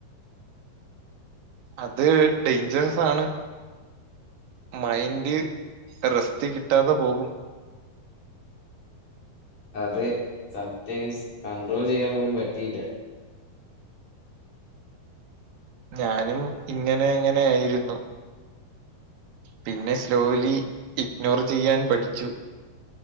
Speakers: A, on the right; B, on the left.
A: അത് ഡെയ്ഞ്ചർസ് ആണ് മൈന്റ് റെസ്റ്റ് കിട്ടാതെ പോകും
B: അതെ സംടൈംസ് കണ്ട്രോൾ ചെയ്യാൻ പോലും പറ്റിയില്ല
A: ഞാനും ഇങ്ങനെ അങ്ങനെ ആയിരുന്നു പിന്നെ സ്ലോലി ഇഗ്നോർ ചെയ്യാൻ പഠിച്ചു